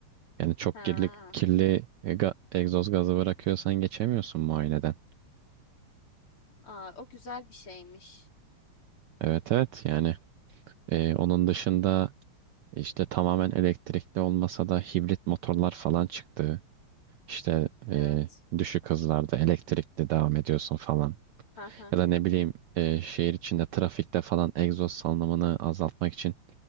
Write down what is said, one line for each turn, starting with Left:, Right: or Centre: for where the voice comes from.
Right: Yani çok
Left: Ha.
Right: kirli, kirli e, ga- egzoz gazı bırakıyorsan geçemiyorsun muayeneden.
Left: Aa, o güzel bir şeymiş.
Right: Evet evet yani e, onun dışında işte tamamen elektrikli olmasa da hibrit motorlar falan çıktı. İşte e,
Left: Evet.
Right: düşük hızlarda elektrikli devam ediyorsun falan.
Left: Aha.
Right: Ya da ne bileyim e, şehir içinde trafikte falan egzoz salınımını azaltmak için